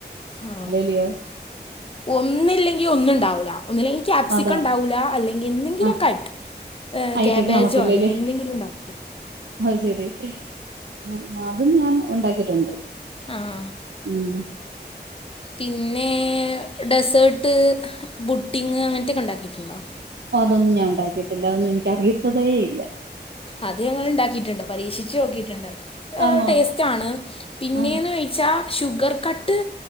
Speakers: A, on the left; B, on the right.
A: ഓ
B: യോ
A: ഒന്നില്ലെങ്കിൽ ഒന്നും ഉണ്ടാവൂല ഒന്നില്ലെങ്കിൽ ക്യാപ്സിക്കം
B: അതാ
A: ഉണ്ടാവൂല്ല അല്ലെങ്കിൽ എന്തെങ്കിലും
B: ആഹ്
A: ഒക്കെ ആയിട്ട്
B: ഐറ്റം
A: ക്യാബേജോ
B: കാണത്തില്ലല്ലേ
A: അല്ലെങ്കിൽ എന്തെങ്കിലും ഉണ്ടാവും
B: അത് ശരി ഉം അതും ഞാൻ ഉണ്ടാക്കിയിട്ടുണ്ട്
A: ആഹ്
B: ഉം
A: പിന്നെ ഡെസേർട്ട് ബുഡിങ് അങ്ങനത്തൊക്കെ ഉണ്ടാക്കിയിട്ടുണ്ടോ
B: ഓ അതൊന്നും ഞാൻ ഉണ്ടാക്കിട്ടില്ല അതൊന്നും എനിക്ക് അറിയത്തതേ ഇല്ല
A: അത് ഞങ്ങൾ ഉണ്ടാക്കിയിട്ടുണ്ട് പരീക്ഷിച്ച് നോക്കിട്ടുണ്ട്
B: ആന്നോ
A: ടേസ്റ്റ് ആണ് പിന്നെന്ന്
B: ആഹ്
A: വെ- വെച്ചാ ഷുഗർ കട്ട്